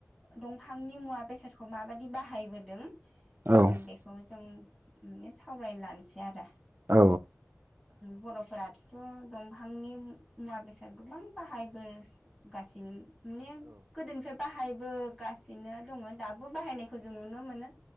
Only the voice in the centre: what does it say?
दंफांनि मुवा बेसे सारखौ माबादि बाहायबोदों।
उम
बे जों सावरायनो लानोसै आरो
बर'फोराथ' दंफां फांनि मुवा बेसाद गोबां बाहायबोगासिनो माने गोदोनिफ्राय बाहायबोगासिनो दङ दाबो बाहायनायखौ जों नुनो मोनो।